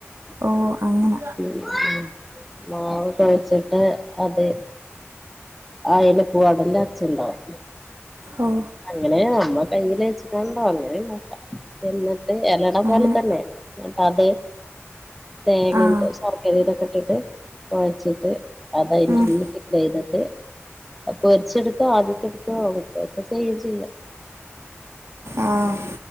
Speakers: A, on the right; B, in the centre.
A: ഓഹ് അങ്ങന
B: ഉം മാവ് ടെച്ചിട്ട് അതെ അയില് പൂവടന്റെ അച്ഛ് ഇണ്ടാവും
A: ഓ
B: അങ്ങനെ അമ്മ കയ്യില് വച്ചിട്ടണ്ടോ അങ്ങനെ ഇണ്ടാക്കാം എന്നി ട്ട് എലട പോലെ
A: അങ്ങനെ
B: തന്നെ എന്ട്ട് അത് തേങ്ങേം
A: ആഹ്
B: ശർക്കരേംദേ ഇട്ടിട്ട് കോഴച്ചിട്ട് അത് അതിന്റെ
A: ആഹ്
B: ഉള്ളില് ഫിൽ എയ്തിട്ട് പോരിച്ചെടുക്ക ആവിക്കെടുക്ക <unintelligible> ചെയ്യാം ചെയ്യാം
A: ആഹ്